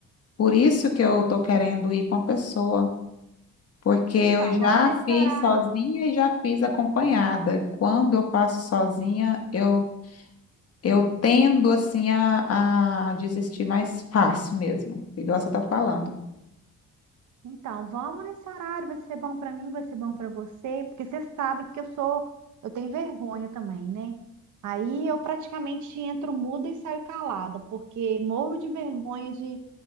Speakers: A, on the left; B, on the right.
A: Por isso que eu tô querendo ir com a pessoa. Porque
B: Então,
A: eu já
B: vamos nesse
A: fiz
B: horário.
A: sozinha e já fiz acompanhada. Quando eu faço sozinha, eu, eu tendo assim a, a desistir mais fácil mesmo, igual você está falando.
B: Então, vamos nesse horário, vai ser bom pra mim, vai ser bom pra você, porque você sabe que eu sou, eu tenho vergonha também, né? Aí eu praticamente entro muda e saio calada, porque morro de vergonha de,